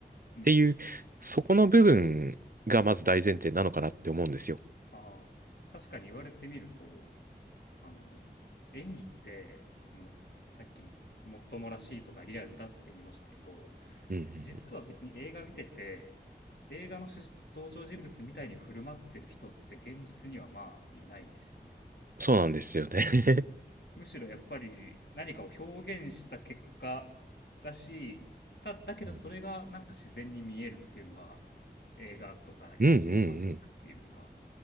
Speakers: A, on the left; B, on the right.
A: うんうん。
B: ていう、そこの部分がまず大前提なのかなって思うんですよ。
A: ああ。確かに言われてみると、あの、演技って、その、さっき、もっともらしいとかリアルだって言いましたけど、
B: うんうんうん、
A: 実は別に映画見てて、映画の主人登場人物みたいに振る舞ってる人って現実にはまあいないですよね。
B: そうなんですよね。<laughs>
A: むしろやっぱり何かを表現した結果だし、た、だけどそれがなんか自然に見えるっていうのが
B: うん
A: 映画とか演劇のマジックっていうか。
B: うん <laughs> うん。